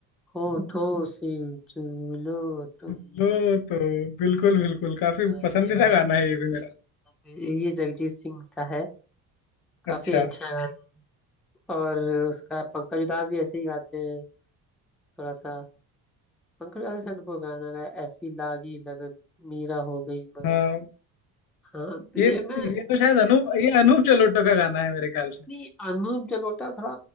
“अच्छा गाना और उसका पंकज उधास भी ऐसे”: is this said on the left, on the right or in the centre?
Centre